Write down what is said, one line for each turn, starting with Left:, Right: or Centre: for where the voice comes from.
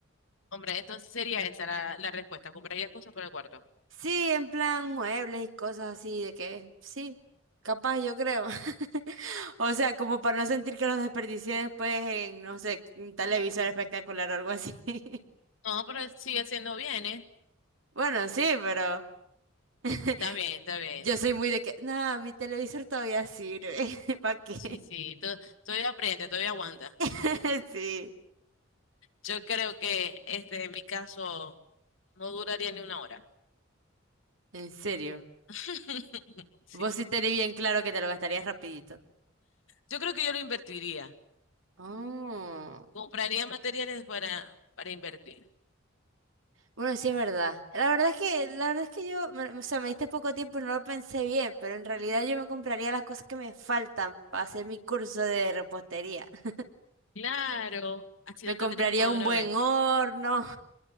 Left: Hombre, entonces sería esa la, la respuesta. Compraría cosas para el cuarto.
Right: Sí, en plan muebles y cosas así, de que sí, capaz yo creo. <laughs> O sea, como para no sentir que los desperdicié después en, no sé, un televisor espectacular o algo así. <laughs>
Left: No, pero sigue siendo bien, ¿eh?
Right: Bueno, sí, pero <laughs>
Left: Está bien, está bien.
Right: yo soy muy de que, no, mi televisor todavía sirve. <laughs> ¿Para qué?
Left: Sí, sí. to- todavía aprende, todavía aguanta.
Right: <laughs> Sí,
Left: Yo creo que este, en mi caso, no duraría ni una hora.
Right: en serio.
Left: <laughs> Sí.
Right: Vos sí tenés bien claro que te lo gastarías rapidito.
Left: Yo creo que yo lo invertiría.
Right: Oh.
Left: Compraría materiales para, para invertir.
Right: Bueno, sí es verdad. La verdad es que, la verdad es que yo, me- o sea, me diste poco tiempo y no lo pensé bien, pero en realidad yo me compraría las cosas que me faltan para hacer mi curso de repostería. <laughs>
Left: Claro, así
Right: Me
Left: lo
Right: compraría
Left: tendrías todo
Right: un
Left: de una
Right: buen
Left: vez.
Right: horno,